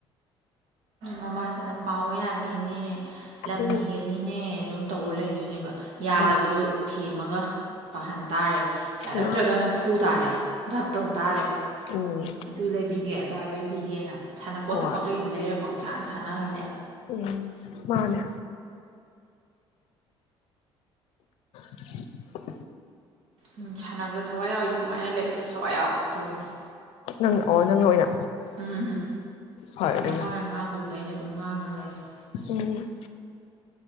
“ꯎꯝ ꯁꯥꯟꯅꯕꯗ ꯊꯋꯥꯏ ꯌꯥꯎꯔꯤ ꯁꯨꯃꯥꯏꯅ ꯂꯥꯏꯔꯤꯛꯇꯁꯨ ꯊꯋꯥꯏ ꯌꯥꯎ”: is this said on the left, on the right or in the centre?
Right